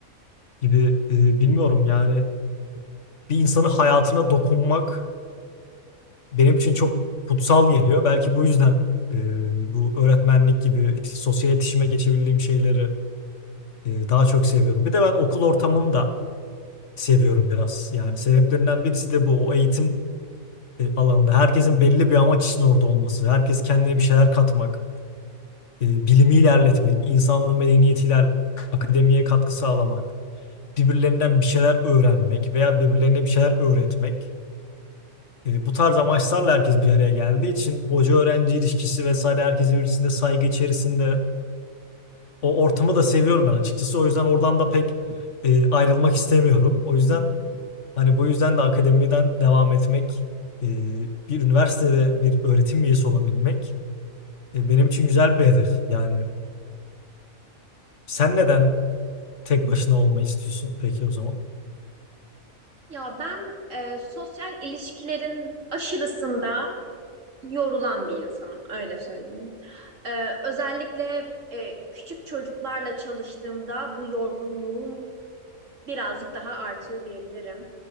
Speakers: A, on the left (about 60°); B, on the right (about 60°).
A: gibi e, bilmiyorum yani bir insanın hayatına dokunmak benim için çok kutsal geliyor. Belki bu yüzden e, bu öğretmenlik gibi işte sosyal iletişime geçebildiğim şeyleri e, daha çok seviyorum. Bir de ben okul ortamını da seviyorum biraz. Yani sebeplerinden birisi de bu. O eğitim e, alanda. Herkesin belli bir amaç için orada olması, herkes kendine bir şeyler katmak, e, bilimi ilerletmek, insanlığı medeniyeti ilerletmek, akademiye katkı sağlamak, birbirlerinden bir şeyler öğrenmek veya birbirlerine bir şeyler öğretmek. E, bu tarz amaçlarla herkes bir araya geldiği için hoca öğrenci ilişkisi vesaire herkes birbirine saygı içerisinde o ortamı da seviyorum ben açıkçası. O yüzden oradan da pek e, ayrılmak istemiyorum. O yüzden
B: Hı hı.
A: hani bu yüzden de akademiden devam etmek e, bir üniversitede bir öğretim üyesi olabilmek E, benim için güzel bir hedef. Yani sen neden tek başına olmayı istiyorsun peki o zaman?
B: Ya ben e, sosyal ilişkilerin aşırısında yorulan bir insanım öyle söyleyeyim. E, özellikle e, küçük çocuklarla çalıştığımda bu yorgunluğum birazcık daha artıyor diyebilirim.